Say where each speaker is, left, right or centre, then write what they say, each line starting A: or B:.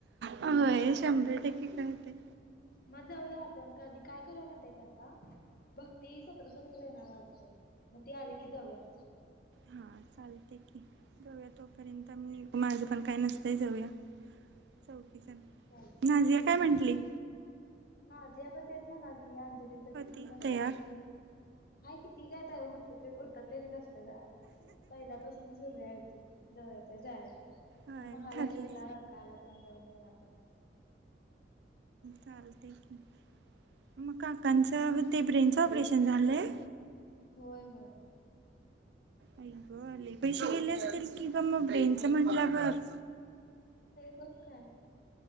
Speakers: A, on the right; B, on the left.
A: हो शंभर टक्के करते
B: मग जाऊया आपण कधी काय करू माहिती का भघ त सतरा तारखेला आहे ना वाटत मग ती आली की जाऊया
A: हा चालते की जाऊया तोपर्यंत मी माझ पण काही नसतय जाऊया चौकीण
B: चालतंय
A: नाझिया काय म्हटली
B: ह जे आपण तेच म्हणाल ती अंजली तर कि मी
A: ती
B: म्हणला
A: तयार
B: अंजली आता हय किती कायता उतकलेली रस्त झाराला पहिल्यापासून झरली होती यचय जायचंय
A: होय
B: मग महालक्ष्मी
A: ठरलंय.
B: लारंग काला त्यां जाऊन व्यापण अस
A: चालते की मग काक तर ते ब्रेनचं ऑपरेशन झालंय
B: होय होय
A: अई ग आले पैसे गेले असतील कि ग म ब्रेंच म्हटलावर
B: पक्का